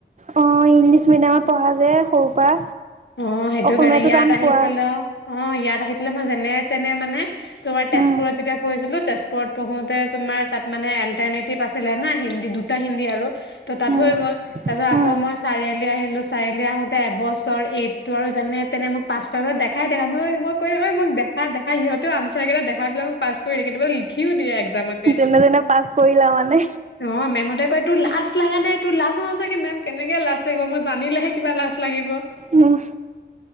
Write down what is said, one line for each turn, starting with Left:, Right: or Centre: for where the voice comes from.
Right: অ, ইংলিছ মিডিয়ামত পঢ়া যে সৰু পৰা।
Left: অ', সেইটো
Right: অসমীয়াটো
Left: কাৰণে ইয়াত
Right: টান
Left: আহি
Right: পোৱা।
Left: পেলাই, অ, ইয়াত আহি পেলাই, মই যেনে, তেনে মানে তোমাৰ তেজপুৰত
Right: উম
Left: যেতিয়া পঢ়িছিলো তেজপুৰত পঢ়োতে তোমাৰ তাত মানে, অল্টাৰনেটিভ আছিলে ন, হিন্দী, দুটা হিন্দী আৰু গল তাৰপিছত
Right: উম
Left: আক
Right: উম
Left: মই চাৰিআলি আহিলো, চাৰিআলি আহোতে, এবচৰ এইট টো, আৰু যেনে, তেনে মোক পাছ কৰাব, দেখাই, দেখাই, মই, মই কো, মোক দেখা, দেখা সিহঁতেও, আনচাৰ কেইটা দেখাই পেলায় মোক পছ কৰি দিয়ে, কেতিাবা লিখিও দিয়ে। টোমতে,
Right: যেনে তেনে পাছ কৰিলা মানে
Left: অ, মেমহতে কয় তোৰ লাজ লাগা নাই, তোৰ লাজ নাই, মেম কেনেকে লাজ লাগিব, মই জানিলেহে কিবা লাজ লাগিব।
Right: উম।